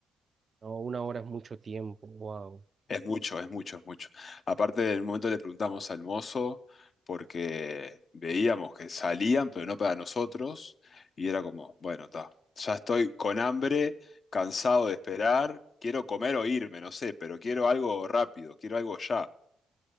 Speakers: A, on the right; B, on the left.
A: no, una hora es mucho tiempo, wow.
B: Es mucho, es mucho, es mucho. Aparte, en un momento le preguntamos al mozo porque veíamos que salían, pero no para nosotros. Y era como, bueno, está, ya estoy con hambre, cansado de esperar, quiero comer o irme, no sé, pero quiero algo rápido, quiero algo ya.